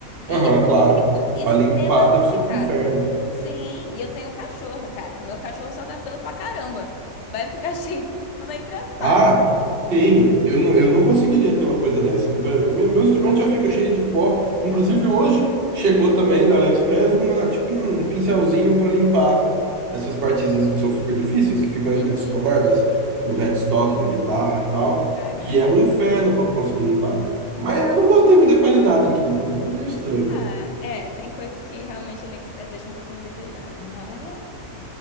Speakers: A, on the left; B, on the right.
A: e
B: Aham,
A: é
B: claro.
A: um instrumento extremamente
B: Pra limpar deve ser
A: caro.
B: um inferno.
A: Sim, e eu tenho cachorro, cara. Meu cachorro só dá pelo pra caramba. Vai ficar <laughs> cheio de pelo entre as cordas.
B: Ah, sim, eu não, eu não conseguiria ter uma coisa dessa. É, be- Meu, meu instrumento já fica cheio de pó. Inclusive, hoje chegou também da AliExpress uma, tipo um pincelzinho para limpar essas partezinhas que são super difíceis, que ficam
A: Uhum.
B: entre as cordas, no headstock da guitarra e tal,
A: Caraca.
B: que é um inferno para conseguir limpar. Mas eu não gostei muito da qualidade aqui, não, né? É meio estranho.
A: Ah, é, tem coisas que realmente a AliExpress deixa um pouquinho a desejar, né? Mas.